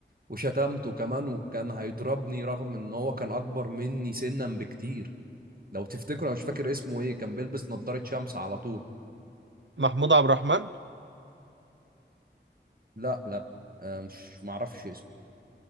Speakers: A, on the right; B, on the right.
A: وشتمته كمان وكان هيضربني رغم ان هو كان اكبر مني سنا بكتير لو تفتكروا انا مش فاكر اسمه ايه كان بيلبس نظارة شمس على طول
B: محمود عبد الرحمن
A: لا لا آه مش معرفش اسمه